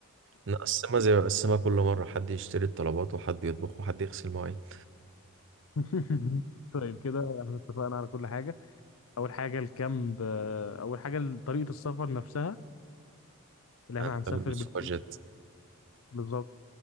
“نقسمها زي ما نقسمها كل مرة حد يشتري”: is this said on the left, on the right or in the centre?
Right